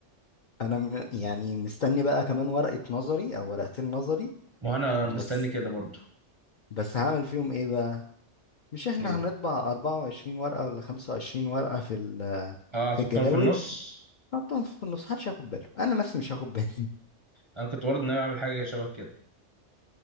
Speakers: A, on the left; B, on the right.
A: انا م- يعني مستني بقى كمان ورقة نظري او ورقتين نظري
B: وانا
A: بس
B: مستني كده برضو
A: بس هعمل فيهم ايه بقى مش احنا
B: ايه
A: هنطبع 24 ورقة ولا 25 ورقة في ال-
B: اه هتحطهم
A: في الجداول
B: في النص
A: حطهم في النص محدش هياخد باله انا نفسي مش هاخد بالي
B: انا كنت برضه ناوي اعمل حاجه شبه كده